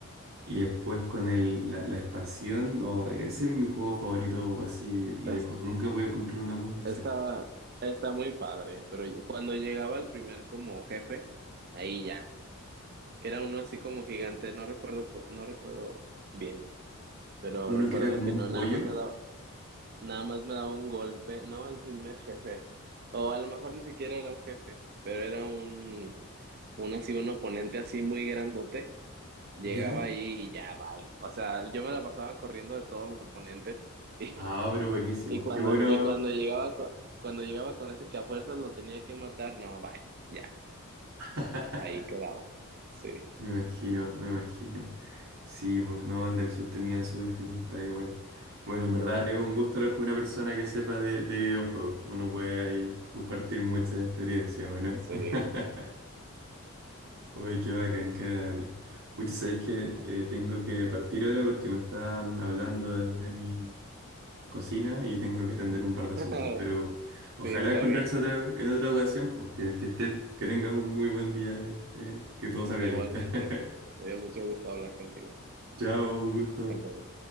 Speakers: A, on the right; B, on the right.
A: Y después con el, la, la expansión, no, ese es mi juego favorito así lejos.
B: es-
A: Nunca voy a encontrar uno como ese.
B: está, está muy padre, pero yo- cuando llegaba el primer como jefe, ahí ya. que era uno así como gigante, no recuerdo, cu- no recuerdo bien, pero
A: Uno
B: recuerdo
A: que era como
B: que
A: un
B: no,
A: pollo,
B: nada más me daba, nada más me daba un golpe, no al primer jefe, o a lo mejor ni siquiera era un jefe, pero era un, un así, un oponente así muy grandote, llegaba
A: ¿ya?
B: ahí y ya, bye. O sea, yo me la pasaba corriendo de todos los oponentes. <laughs>
A: Ah, pero buenísimo.
B: Y, y cuando
A: Qué bueno.
B: y cuando llegaba co- cuando llegaba con ese que a fuerzas lo tenía que matar, no, bye, ya,
A: <laughs>
B: ahí quedaba. Sí,
A: Me imagino, me imagino. Sí, pues no, Anderson tenía su dificultad igual. Bueno, en verdad es un gusto hablar con una persona que sepa de, de videojuegos. Uno puede ahí compartir muchas experiencias, ¿o no?
B: sí.
A: <laughs> Uy, qué bacán, qué agradable. Pucha, sabéis que eh, tengo que partir ahora porque me están hablando desde mi cocina y tengo que atender un par
B: <laughs>
A: de asuntos. Pero ojalá
B: Sí, está
A: encontrarse
B: bien.
A: otra, en otra ocasión, pues que, que esté, que tengas un muy buen día y eh, que todo salga
B: Igualmente,
A: bien. <laughs>
B: me dio mucho gusto hablar contigo.
A: Chao, un gusto.
B: Hasta luego.